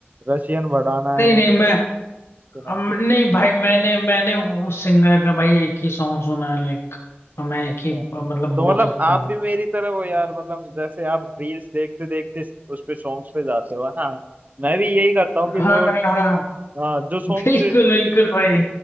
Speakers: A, on the right; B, on the left.
A: रशियन बड़ाना
B: नहीं
A: है
B: नहीं मैं
A: उसके अलावा
B: हम नहीं भाई मैंने मैंने उस सिंगर का भाई एक ही सॉन्ग सुना है लाइक तो मैं
A: अच्छा
B: एक ही मतलब
A: है। तो
B: बोल
A: मतलब
B: सकता
A: आप
B: हूँ
A: भी मेरी तरह हो यार मतलब जैसे आप रील्स देखते देखते उस पे सॉन्ग्स पे जाते हो हाँ मैं भी यही करता हूँ कि
B: हाँ
A: जो
B: हाँ
A: हाँ जो सॉन्ग्स
B: बिल्कुल बिल्कुल भाई